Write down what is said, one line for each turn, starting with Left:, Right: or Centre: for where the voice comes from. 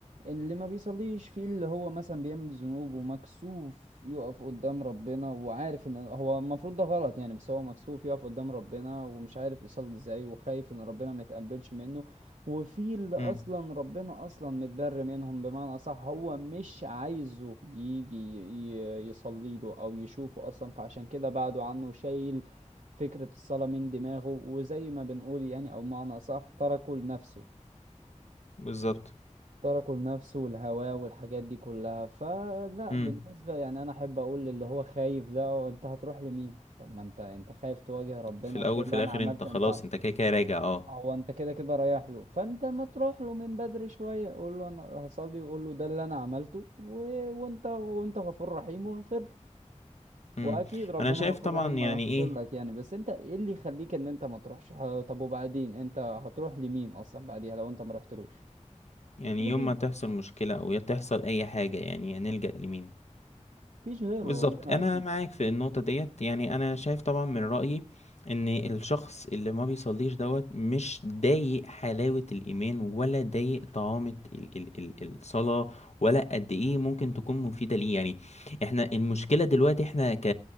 Right: اللي ما بيصليش في اللي هو مثلا بيعمل ذنوب ومكسوف يقف قدام ربنا وعارف ان هو المفروض ده غلط يعني بس هو مكسوف يقف قدام ربنا ومش عارف يصلي ازاي وخايف ان ربنا ما يتقبلش منه وفي اللي اصلا
Left: امم
Right: ربنا اصلا متبر منهم بمعنى صح هو مش عايزه يجي يصلي له او يشوفه اصلا فعشان كده بعده عنه شايل فكرة الصلاة من دماغه وزي ما بنقول يعني أو معنى أصح تركه لنفسه
Left: بالظبط
Right: تركه لنفسه والهواه والحاجات دي كلها فلا
Left: امم
Right: بالنسبة يعني أنا أحب أقول للي هو خايف ده "أه، أنت هتروح لمين؟ طب ما أنت أنت خايف تواجه ربنا
Left: في الاول
Right: وتقول
Left: في
Right: له
Left: الاخر
Right: أنا عملت
Left: انت خلاص
Right: أنت أه،
Left: انت كده كده راجع اه
Right: هو أنت كده كده رايح له فأنت ما تروح له من بدري شوية قول له أنا هصلي وقول له ده اللي أنا عملته و... وأنت وأنت غفور رحيم واغفر لي
Left: امم
Right: واكيد ربنا
Left: انا شايف
Right: غفور
Left: طبعا
Right: رحيم
Left: يعني
Right: ويغفر
Left: ايه
Right: لك يعني بس انت ايه اللي يخليك ان انت ما تروحش ه- طب وبعدين انت هتروح لمين اصلا بعديها لو انت ما رحتلوش
Left: يعني
Right: هتروح
Left: يوم
Right: لمين
Left: ما تحصل مشكلة او يا تحصل اي حاجة يعني نلجأ لمين
Right: مفيش غيره
Left: بالظبط
Right: ربنا
Left: انا
Right: اكيد
Left: معاك في النقطه ديت يعني انا شايف طبعا من رايي ان الشخص اللي ما بيصليش دوت مش ضايق حلاوه الايمان ولا ضايق طعامه ال ال ال الصلاه ولا قد ايه ممكن تكون مفيده ليه يعني احنا المشكله دلوقتي احنا ك